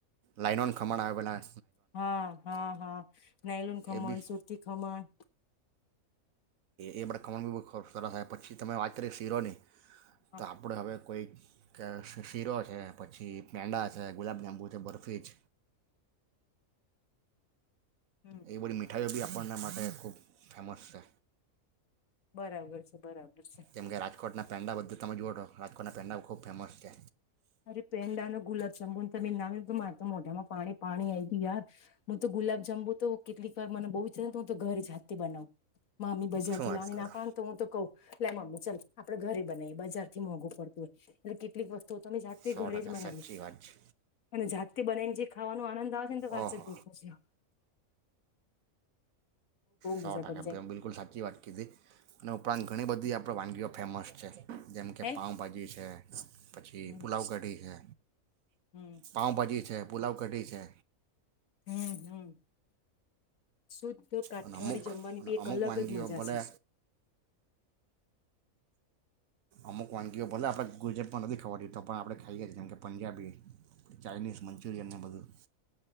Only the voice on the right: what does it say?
લાઈનોન ખમણ આવે પેલા
એ બી
એ બધા કમાણ બી બહુ સરસ <unintelligible> પછી તમે વાત કરી શીરોની
તો આપણે હવે કોઈ શીરો છે પછી પેંડા છે ગુલાબ જાંબુ છે બરફી જ
એ બધી મીઠાઈઓ બી અપ આપણના માટે ખૂબ ફેમસ છે.
જેમ કે રાજકોટના પેંડા બધા તમે જુઓ તો રાજકોટના પેંડાઓ ખૂબ ફેમસ છે.
શું વાત
કરો
સો
ટકા
સાચી વાત છે
ઓહો
સો
ટકા
પી બિલકુલ સાચી વાત કીધી અને ઉપરાંત ઘણી બધી આપ આપ વાનગીઓ ફેમસ છે, જેમ કે
પાઉભાજી છે, પછી
પુલાવ કઢી છે,
પાવ ભાજી છે, પુલાવ કઢી છે,
અને અમુક
અને
અમુક
વાનગીઓ
ભલે
અમુક વાનગીઓ ભલે આપણે ગુજરાતમાં નથી, ખવાડ તો પણ આપણે ખાઈએ છીએ જેમ કે પંજાબી ચાઇનીઝ મંચુરિયન ને બધું.